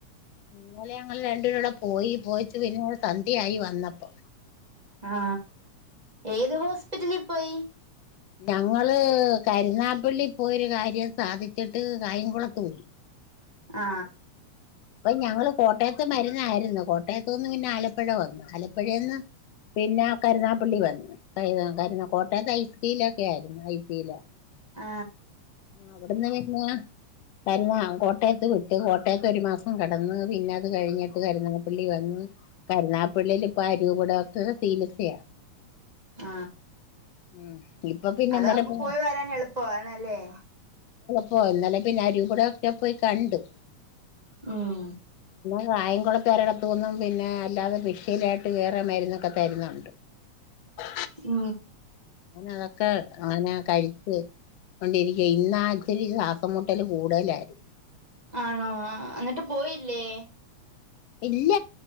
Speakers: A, on the left; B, on the right.
A: ഇന്നലെ ഞങ്ങള് രണ്ടുരെ കുടെ പോയി പോയിച്ച് പിന്നെ സന്ധ്യ ആയി വന്നപ്പോ
B: ആ ഏത് ഹോസ്പിറ്റലിൽ പോയി
A: ഞങ്ങള് കരുുന്നാപ്പള്ളി പോയൊരു കാര്യം സാധിച്ചിട്ട് കായംകുളത്ത പോയി
B: ആ
A: ഇപ്പൊ ഞങ്ങള് കോട്ടയത്ത് മരുന്നായിരുന്നു കോട്ടയത്ത നിന്ന് പിന്നെ ആലപ്പുഴ വന്നു ആലപ്പുഴയിന്ന് പിന്നെ കരുനാപ്പള്ളി വന്നു ക കരുന കോട്ടയത്ത് ഐസിയൂലെ ഒക്കെ ആയിരുന്നു ഐസില
B: ആ
A: ആ അവിടെന്നെ <unintelligible> കരുന്നാ കോട്ടയത്ത് വിട്ടു കോട്ടയത്ത് ഒരു മാസം കിടന്ന് പിന്നെ അത് കഴിഞ്ഞിട്ട് കരുനാപ്പള്ളി വന്ന് കരുനാപ്പള്ളിൽ ഇപ്പ അരിവപടക്ക സീലിസയ
B: ആ
A: മ് ഇപ്പൊ പിന്നെ
B: അതാവുമ്പോ
A: <unintelligible>
B: പോയി
A: ആ അതള
B: വരാൻ എളുപ്പവാണല്ലേ
A: പോ ഇന്നലെ പിന്നെ അ രൂപട ഒക്കെ പോയി കണ്ടു
B: മ്മ്
A: <unintelligible> പിന്നെ അല്ലാതെ പിഷയിലായിട്ട് വേറെ മരുന്നൊക്കെ തരുന്നുണ്ട് <unintelligible>
B: ആ
A: <unintelligible> അതൊക്കെ അങ്ങനെ <unintelligible> കൊണ്ടിരിക്കയാ ഇന്ന് ആ ച്ചിരി ശ്വാസം മുട്ടല് കൂടുതലായിരുന്നു
B: ആണോ? എന്നിട്ട് പോയില്ലേ?
A: ഇല്ല